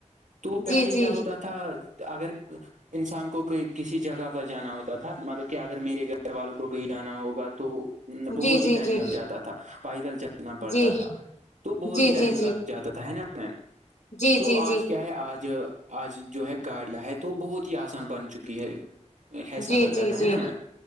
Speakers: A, on the right; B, on the left.
A: تو پہلے
B: جی جی
A: کیا ہوتا تھا اگر انسان کو کہ کسی جگہ پر جانا ہوتا تھا مطلب کہ اگر میرے گھر والوں کو کہیں جانا ہوگا تو بہت
B: جی
A: ہی
B: جی
A: ٹائم
B: جی
A: لگ جاتا تھا پائیدل چل نا پڑتا
B: جی
A: تھا تو بہت
B: جی
A: ہی ٹائم
B: جی جی
A: لگ جاتا تھا نا میم
B: جی
A: تو
B: جی جی
A: آج کیا ہے آج آج جو ہے گاڑیاں ہے تو بہت ہی آسان بن چکی ہے
B: جی
A: ہے سفر
B: جی
A: کرنا
B: جی
A: ہے نا م